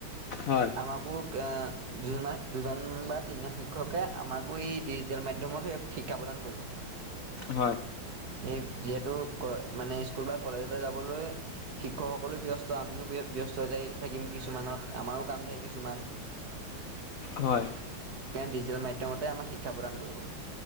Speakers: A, on the left; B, on the right.
A: হয়
B: আমাকো য দুজন বা তিনিজন শিক্ষকে আমাকো এই ডিজিটেল মাধ্য়মত স শিক্ষা প্ৰদান। কৰিব।
A: হয়।
B: সেই যিহেতু মানে স্কুল বা কলেজলৈ যাবলৈ শিক্ষকসকলো ব্যস্ত আমিও ব্যস্ত। চ যাই থাকিম কিছুমানত আমাৰো কাম থাকে কিছুমান।
A: হয়।
B: ডিজিটেল মাধ্যমতে আমাৰ শিক্ষা প্ৰদান কৰিব।